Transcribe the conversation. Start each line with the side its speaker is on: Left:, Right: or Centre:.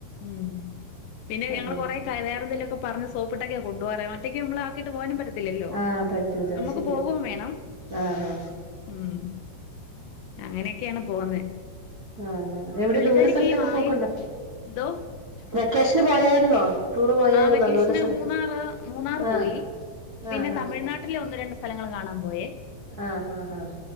Left: ഉം പിന്നെ
Right: ആഹ്
Left: ഞങ്ങള് കൊറേ വേറെന്തെലൊക്കെ പറഞ്ഞ് സോപ്പിട്ടൊക്കെയാ കൊണ്ടോവാറ് ഒറ്റക്ക് നമ്മൾ ആക്കിട്ട് പോവാനും പറ്റത്തില്ലല്ലോ
Right: ആഹ് പറ്റൂല
Left: നമ്മുക്ക്
Right: അത് ശരിയാ
Left: പോവും വേണം
Right: ആഹ് ആഹ്
Left: ഉം അങ്ങനെക്കെയാണ് പോന്നെ
Right: ആഹ് ആഹ് എവിടെ
Left: പുള്ളിക്കാരിക്ക്
Right: ദൂര സ്ഥലത്തൊക്കെ
Left: ഈ വായ
Right: പോക്കുണ്ടോ
Left: എന്തോ
Right: വെക്കേഷ്ന് പോയായിരുന്നോ. ടൂറ് പോയായിരുന്നോ
Left: ആഹ് വെക്കേഷ്ന്
Right: ദൂര സ്ഥലം
Left: മൂന്നാറ് മൂന്നാറ്
Right: ആഹ്
Left: പോയി പിന്നെ
Right: ആഹ് ആഹ്
Left: തമിഴ്നാട്ടില് ഒന്ന് രണ്ട് സ് സ്ഥലങ്ങള് കാണാൻ പോയേ
Right: ആഹ് ആഹ് ആഹ്